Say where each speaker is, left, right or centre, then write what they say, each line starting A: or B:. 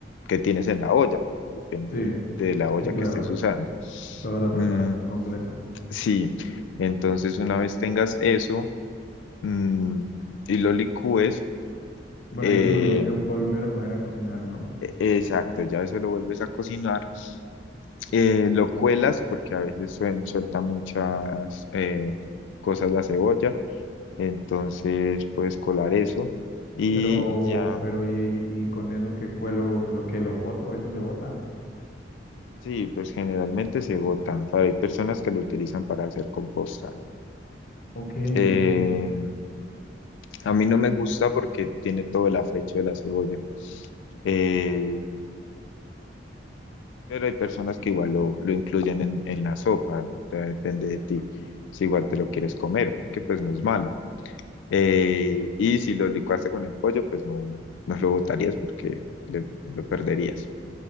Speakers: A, on the left (about 85°); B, on the left (about 55°).
A: que tienes en la olla, porque depende
B: Sí,
A: de la olla
B: sí, claro,
A: que estés usando.
B: toda la preparación
A: Mm,
B: completa.
A: sí, entonces una vez tengas eso mm, y lo licúes,
B: Bueno,
A: eh,
B: y eso lo tengo que volver a poner a cocinar, ¿no?
A: e- exacto, ya eso lo vuelves a cocinar, eh, lo cuelas porque a veces suel- suelta muchas eh, cosas la cebolla Entonces puedes colar eso y
B: Pero,
A: ya,
B: pero, y, y con eso que cuelo, lo que lo boto, eso se bota.
A: sí, pues generalmente se botan. Hay personas que lo utilizan para hacer composta.
B: Ok,
A: Eh,
B: ok,
A: a mí no me gusta porque tiene todo el afrecho de la cebolla, Eh, pero hay personas que igual lo, lo incluyen en, en la sopa, o sea, depende de ti si igual te lo quieres comer, porque pues no es malo. Eh, y si lo licuaste con el pollo, pues no, no lo botarías porque le- lo perderías.